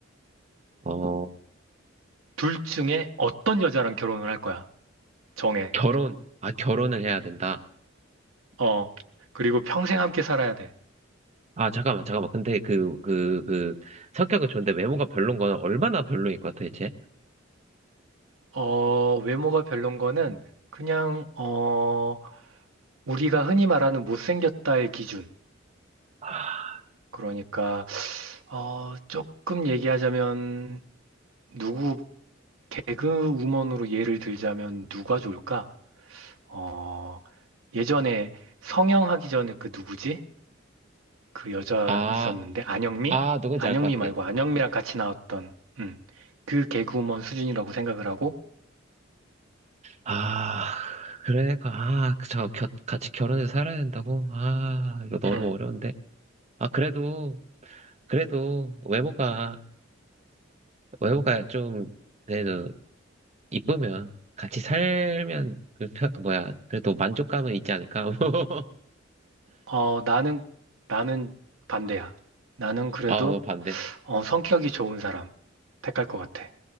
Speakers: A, on the right (about 35°); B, on the right (about 80°).
A: 어,
B: 둘 중에 어떤 여자랑 결혼을 할 거야? 정해.
A: 결혼. 아, 결혼을 해야 된다.
B: 어. 그리고 평생 함께 살아야 돼.
A: 아, 잠깐만, 잠깐만. 근데 그, 그, 그, 성격은 좋은데 외모가 별론 거는 얼마나 별로일 것 같아, 대체?
B: 어, 외모가 별론 거는 그냥, 어, 우리가 흔히 말하는 못생겼다의 기준.
A: 아,
B: 그러니까, 어, 조금 얘기하자면, 누구, 개그우먼으로 예를 들자면 누가 좋을까? 어, 예전에 성형하기 전에 그 누구지? 그 여자
A: 아,
B: 있었는데, 안영미?
A: 아, 누군지
B: 안영미
A: 알 것 같아.
B: 말고 안영미랑 같이 나왔던, 음, 그 개그우먼 수준이라고 생각을 하고,
A: 아, 그러니까, 아, 그 저 겨, 같이 결혼해서 살아야 된다고? 아, 이거 너무
B: 음,
A: 어려운데? 아, 그래도, 그래도, 외모가, 외모가 좀, 그래도, 이쁘면, 같이 살면, 그, 편, 뭐야, 그래도 만족감은 있지 않을까? <laughs>
B: 어, 나는, 나는 반대야. 나는 그래도
A: 아, 너 반대.
B: 어, 성격이 좋은 사람 택할 것 같아.